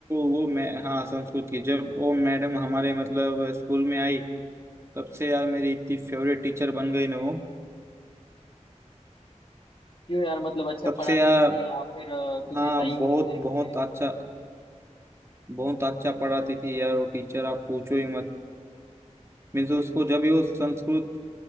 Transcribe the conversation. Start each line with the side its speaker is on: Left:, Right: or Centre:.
Right: वो मैं हाँ संस्कृत की जब वो मैडम हमारे मतलब स्कूल में आई तब से यार मेरी इतनी फेवरेट टीचर बन गई ना वो
Left: क्यों यार मतलब अच्छा
Right: तब
Left: पढ़ाती
Right: से यार
Left: थी या फिर अ, कुछ
Right: हाँ
Left: ऐसा यूनिक
Right: बहुत
Left: तरीके
Right: बहुत
Left: से
Right: अच्छा बहुत अच्छा पढ़ाती थी यार वो टीचर आप पूछो ही मत मीन्स उसको जब भी वो संस्कृत